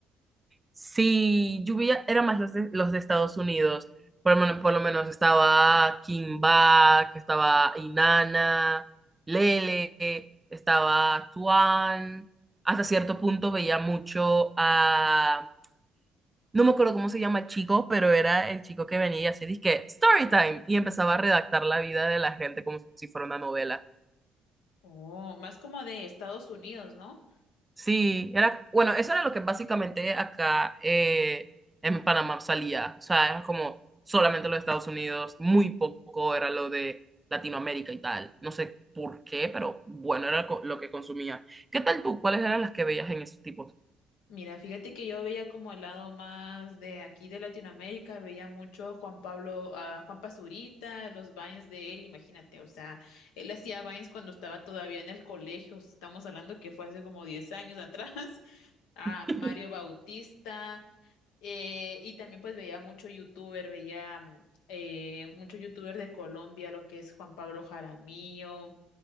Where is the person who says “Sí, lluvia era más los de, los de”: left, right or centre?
Right